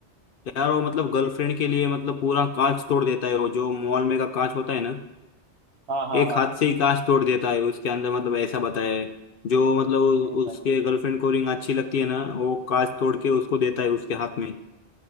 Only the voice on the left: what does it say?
यार वो मतलब गर्लफ्रेंड के लिए मतलब पूरा कांच तोड़ देता है वो जो मॉल में का कांच होता है ना
एक
हाथ से ही कांच तोड़ देता है उसके अंदर मतलब ऐसा बताया है जो मतलब उ-
उसके
गर्लफ्रेंड को रिंग अच्छी लगती है ना वो कांच तोड़ के उसको देता है उसके हाथ में